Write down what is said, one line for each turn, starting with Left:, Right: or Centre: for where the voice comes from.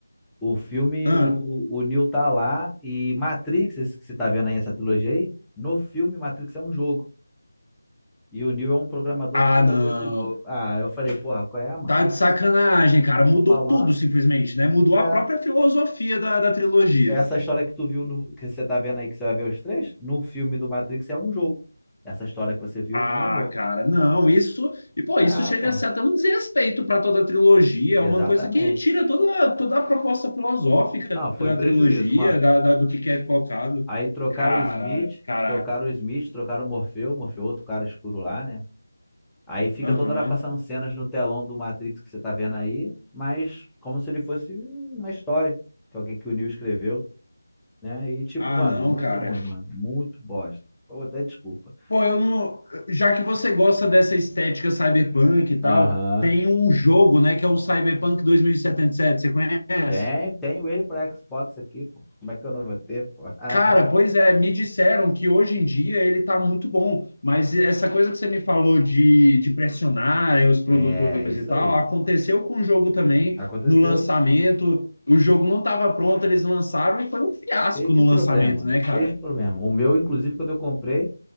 Centre: O filme,
Left: Ah,
Centre: o, o Neo tá lá e Matrix, esse que você tá vendo aí, essa trilogia aí, no filme Matrix é um jogo. E o Neo é um programador
Left: ah,
Centre: que programou
Left: não.
Centre: esse jogo. Ah, eu falei, porra, qual é, mano?
Left: Tá de sacanagem, cara.
Centre: Pô,
Left: Mudou
Centre: tô falando,
Left: tudo simplesmente, né? Mudou
Centre: é,
Left: a própria filosofia da, da trilogia.
Centre: essa história que tu viu, no, que você tá vendo aí, que você vai ver os três, no filme do Matrix é um jogo. Essa história que você viu
Left: Ah,
Centre: é um jogo.
Left: cara, não, isso. E, pô,
Centre: Ah,
Left: isso chega
Centre: pô,
Left: a ser até um desrespeito para toda a trilogia,
Centre: exatamente.
Left: é uma coisa que tira toda, toda a proposta filosófica
Centre: Não, foi
Left: da
Centre: prejuízo,
Left: trilogia,
Centre: mano.
Left: da, da- do que, que é colocado.
Centre: Aí trocaram
Left: Cara,
Centre: o Smith,
Left: caraca.
Centre: trocaram o Smith, trocaram o Morpheu, Morpheu, outro cara escuro lá, né? Aí fica
Left: Aham.
Centre: toda hora passando cenas no telão do Matrix que você tá vendo aí, mas como se ele fosse uma história que alguém que o Neo escreveu, né? E tipo,
Left: Ah,
Centre: mano,
Left: não,
Centre: muito
Left: cara.
Centre: ruim, mano, muito bosta. Pô, até desculpa.
Left: Pô, eu não. Já que você gosta dessa estética cyberpunk e tal,
Centre: Aham.
Left: tem um jogo, né, que é o Cyberpunk 2077, você conhece?
Centre: Tem, tenho ele para Xbox aqui, pô. Como é que eu não vou ter, pô? <laughs>
Left: Cara, pois é, me disseram que hoje em dia ele tá muito bom, mas essa coisa que você me falou de, de pressionar os produtores
Centre: É, isso
Left: e tal,
Centre: aí.
Left: aconteceu com o jogo também
Centre: Aconteceu.
Left: no lançamento. O jogo não estava pronto, eles lançaram e foi um fiasco
Centre: Cheio de
Left: no
Centre: problema,
Left: lançamento, né,
Centre: cheio
Left: cara?
Centre: de problema. O meu, inclusive, quando eu comprei